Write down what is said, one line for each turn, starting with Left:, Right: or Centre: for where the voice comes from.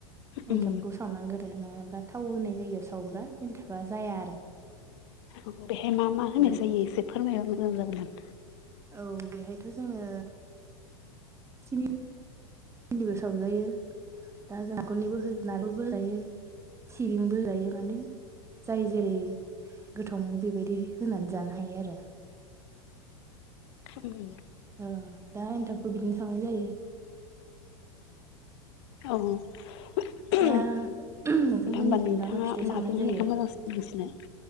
Left: उम
Right: एन्थाबखौ सावनां गोरो नङा थाव होनाय जायो सावब्ला एन्थाबा जाया आरो
Left: औ बेहाय मा मा होनाय
Right: औ
Left: जायो एसे फोरमायबा मोजां जागौमोन
Right: औ बेहायथ' जोङो सिनि सिनिबो सावजायो दा जखलनिबो नारिलबो होजायो सिबिंबो जायो माने जाय जेरै गोथाव मोनो बेबायदि होनानै जानो हायो आरो
Left: उम
Right: औ दा एनथाबखौ बिदिनो सावनाय जायो
Left: औ-औ नथा
Right: दा नोंथांमोननिखै
Left: होमबा नोंथाङा
Right: मा मा फिथाइ
Left: माजों
Right: सावनाय
Left: होनायखौ
Right: जायो
Left: मोजांसि मोनसिनो